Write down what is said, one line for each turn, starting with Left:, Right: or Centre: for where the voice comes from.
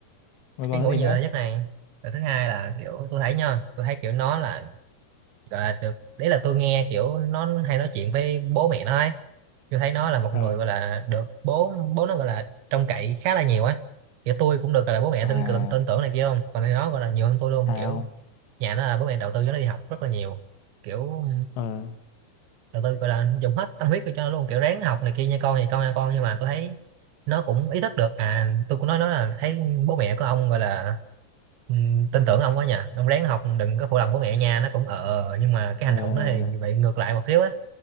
Left: rồi còn
Right: cái ngủ
Left: cái gì
Right: nhiều
Left: nữa
Right: là nhất này rồi thứ hai là kiểu tôi thấy nha tôi thấy kiểu nó là gọi là được đấy là tôi nghe kiểu nó hay nói chuyện với bố mẹ nó ấy tôi thấy nó là một người
Left: ờ
Right: gọi là được bố bố nó gọi là trông cậy khá là nhiều ấy kiểu tôi cũng được gọi là bố mẹ
Left: à
Right: tin tưởng tin tưởng này kia không còn nó gọi là nhiều hơn tôi luôn
Left: sao
Right: kiểu nhà nó là bố mẹ đầu tư cho nó đi học rất là nhiều kiểu
Left: ờ ờ
Right: đầu tư gọi là dùng hết tâm huyết cho nó luôn kiểu ráng học này kia nha con thì con nha con nhưng mà tôi thấy nó cũng ý thức được à tôi cũng nói nó là thấy bố mẹ của ông gọi là ừm, tin tưởng ông quá nhỉ ông ráng học đừng có phụ lòng bố mẹ nha nó cũng ờ nhưng mà cái
Left: ờ,
Right: hành động đó thì
Left: ờ.
Right: bị ngược lại một xíu á